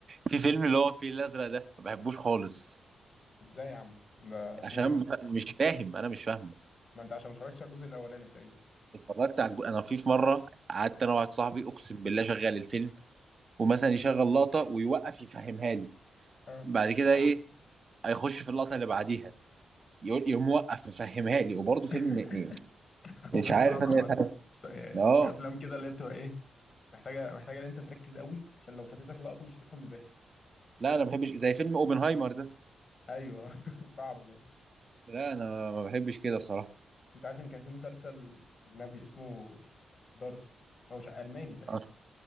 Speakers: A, on the right; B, on the left.
A: في فيلم اللي هو الفيل الازرق ده ما بحبوش خالص
B: ازاي يا عم ده فيلم
A: عشان
B: جامد
A: بف- مش فاهم انا مش فاهمه
B: ما انت عشان ما اتفرجتش على الجزء الاولاني تلاقيه
A: اتفرجت على الج- انا في في مره قعدت انا واحد صاحبي اقسم بالله شغال الفيلم ومثلا يشغل لقطه ويوقف يفهمها لي
B: اه
A: بعد كده ايه هيخش في اللقطه اللي بعديها يقول يقوم موقف يفهمها لي وبرضه
B: <laughs>
A: فيلم ايه
B: هو
A: مش
B: فيلم
A: عارف
B: صعب
A: انا
B: عامه
A: إيه
B: س-
A: فهم-
B: يعني
A: اه
B: في افلام كده اللي هي بتبقى ايه محتاجه محتاجه ان انت تركز قوي عشان لو فاتتك لقطه مش تفهم الباقي
A: لا انا ما بحبش زي فيلم اوبنهايمر ده
B: ايوه <laughs> صعب برضه
A: لا انا ما بحبش كده بصراحه
B: انت عارف ان كان في مسلسل اجنبي اسمه دارك هو مش الماني تقريبا
A: اه